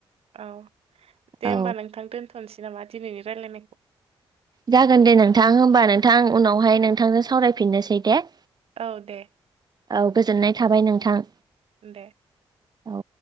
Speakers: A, on the right; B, on the right.
A: औ दे
B: औ
A: होमबा नोंथां दोनथ'नोसै नामा दिनैनि रायज्लायनायखौ?
B: जागोन दे नोंथां हबा नोंथां उनावहाय नोंथांजों सावरायफिननोसै दे।
A: औ दे
B: औ गोजोननाय थाबाय नोंथां।
A: दे
B: औ